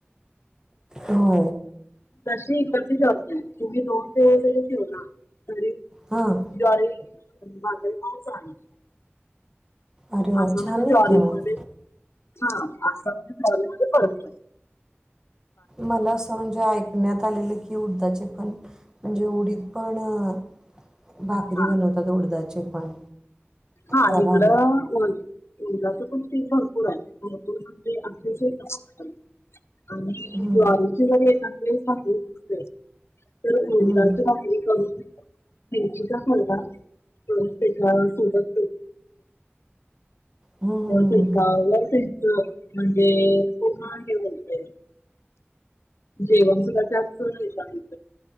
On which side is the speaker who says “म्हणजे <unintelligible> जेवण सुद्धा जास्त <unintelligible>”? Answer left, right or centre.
Left